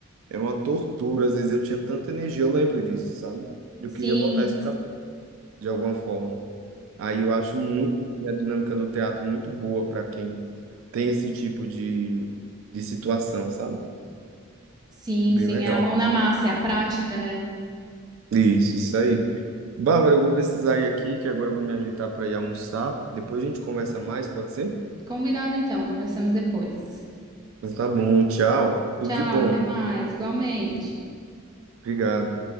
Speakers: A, on the right; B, on the right.
A: Era uma tortura, às vezes eu tinha tanta energia, eu lembro disso, sabe? Eu
B: Sim,
A: queria botar isso pra de alguma forma. Aí eu acho muito a dinâmica do teatro muito boa para quem tem esse tipo de, de situação, sabe?
B: sim,
A: Bem
B: sim,
A: legal.
B: é a mão na massa, é a prática, né?
A: Isso, isso aí. Bárbara, eu vou precisar ir aqui, que agora eu vou me ajeitar para ir almoçar. Depois a gente conversa mais, pode ser?
B: Combinado então, conversamos depois.
A: Então tá bom, tchau. Tudo
B: Tchau,
A: de bom.
B: até mais, igualmente.
A: Obrigado.